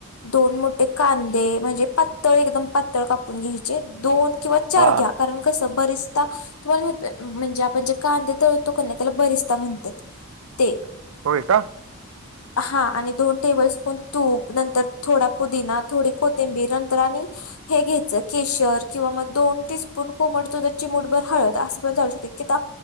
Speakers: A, on the left; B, on the right.
A: दोन मोठे कांदे म्हणजे पातळ एकदम पातळ कापून घ्यायचे दोन किंवा चार
B: हां.
A: घ्या कारण कसं बरेचदा तुम्हाला माह म्हणजे आपण जे कांदे ततो नाही त्याला बरिचता म्हणतात ते
B: होय का
A: ह हा आणि दोन टेबल स्पून तूप नंतर थोडा पुदिना थोडी कोथिंबीर नंतर आणि हे घ्यायचं केशर किंवा मग दोन तेी स्पून कोमट तो जर चिमडभर हळत असं पण जाू शकत की आ